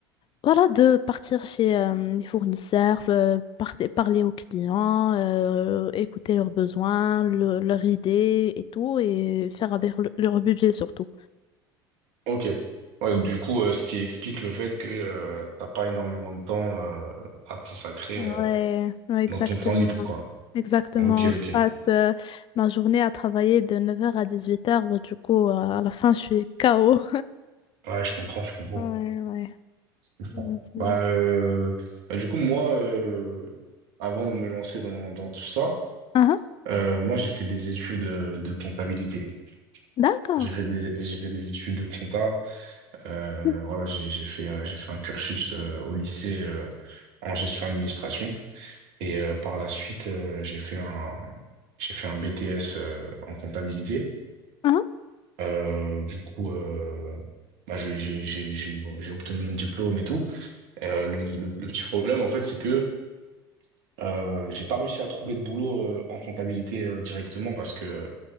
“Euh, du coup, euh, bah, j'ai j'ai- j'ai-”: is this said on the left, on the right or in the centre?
Right